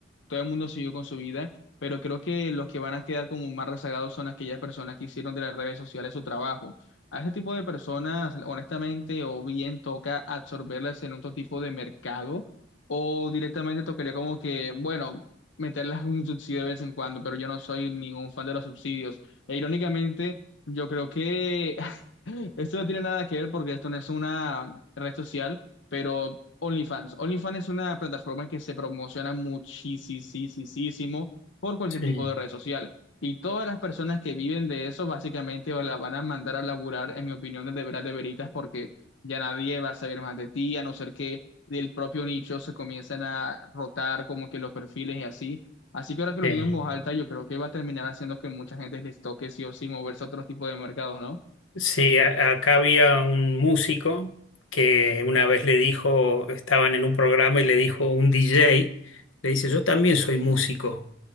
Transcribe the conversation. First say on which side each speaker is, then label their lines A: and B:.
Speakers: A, on the left; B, on the left.
A: todo el mundo siguió con su vida, pero creo que los que van a quedar como más rezagados son aquellas personas que hicieron de las redes sociales su trabajo. A ese tipo de personas, honestamente, o bien toca absorberlas en otro tipo de mercado, o directamente tocaría como que, bueno, meterlas en un subsidio de vez en cuando, pero yo no soy ningún fan de los subsidios. E irónicamente, yo creo que <laughs> esto no tiene nada que ver porque esto no es una red social, pero OnlyFans. OnlyFans es una plataforma que se promociona muchísimo por cualquier
B: Sí.
A: tipo de red social. Y todas las personas que viven de eso, básicamente la van a mandar a laburar, en mi opinión, desde veras de veritas, porque ya nadie va a saber más de ti, a no ser que del propio nicho se comiencen a rotar como que los perfiles y así. Así que ahora que
B: Eh,
A: lo digo en voz alta, yo creo que va a terminar haciendo que mucha gente les toque sí o sí moverse a otro tipo de mercados, ¿no?
B: sí, a- acá había un músico que una vez le dijo, estaban en un programa y le dijo un DJ, le dice, yo también soy músico,